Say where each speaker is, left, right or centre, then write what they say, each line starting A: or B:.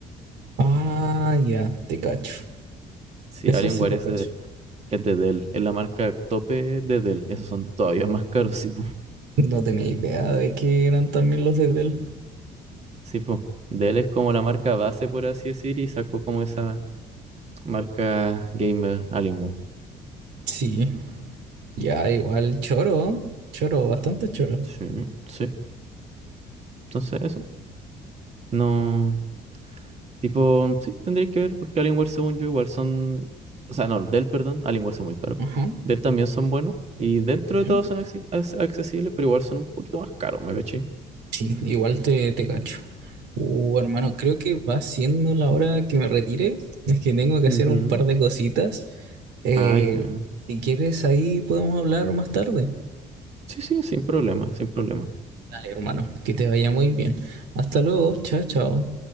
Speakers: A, on the right (about 85°); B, on the right (about 40°).
A: Ah, ya, te cacho.
B: Sí,
A: Eso
B: Alienware
A: sí lo
B: es
A: cacho.
B: de, es de Dell, es la marca tope de Dell. Esos son todavía más caros, sí, po.
A: No tenía idea de que eran también los de Dell.
B: Sí, po. Dell es como la marca base, por así decir, y sacó como esa marca gamer Alienware.
A: Sí. Ya, igual, choro. Choro, bastante choro.
B: Sí, sí. Entonces eso. No. Tipo, sí, tendréis que ver, porque Alienware, según yo, igual son. O sea, no, Dell, perdón, Alienware son muy caros.
A: Ajá.
B: Dell también son buenos. Y dentro
A: ya.
B: de todo son acce- ac- accesibles, pero igual son un poquito más caros, ¿me caché?
A: Sí, igual te, te cacho. Uh, hermano, creo que va siendo la hora que me retire. Es que tengo que
B: Ujú.
A: hacer un par de cositas. Eh,
B: Ah, ya.
A: si quieres, ahí podemos hablar más tarde.
B: Sí, sí, sin problema, sin problema.
A: Dale, hermano, que te vaya muy bien. Hasta luego, chao, chao.